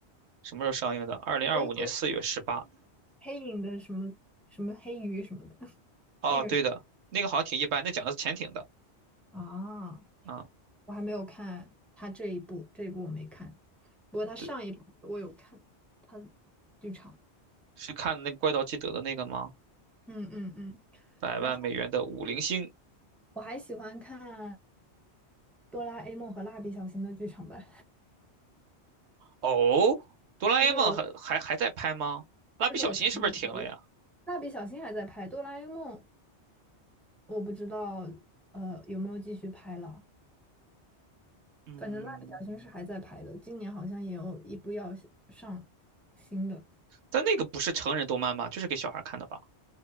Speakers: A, on the right (about 75°); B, in the centre.
A: 什么时候上映的？二零二五年四月十八。
B: 我以为黑影的什么什么黑鱼什么的，<laughs>
A: 哦，
B: 那个是
A: 对的，那个好像挺一般，那讲的是潜艇的
B: 啊，
A: 啊。
B: 我还没有看他这一部，这一部我没看，不过他上一部我有看，
A: 对，
B: 他的剧场，
A: 是看那个怪盗基德的那个吗？
B: 嗯嗯嗯，
A: 百万美元的五零星。
B: 然后我还喜欢看《哆啦 A 梦》和《蜡笔小新》的剧场版，
A: 哦，
B: <laughs>
A: 哆啦
B: 这是我的，
A: A 梦还还还在拍吗？蜡笔小新是不是停了呀？
B: 这是我的童年回忆。蜡笔小新还在拍，哆啦 A 梦我不知道呃有没有继续拍了。
A: 嗯，
B: 反正蜡笔小新是还在拍的，今年好像也有一部要上新的。
A: 但那个不是成人动漫吗？就是给小孩看的吧？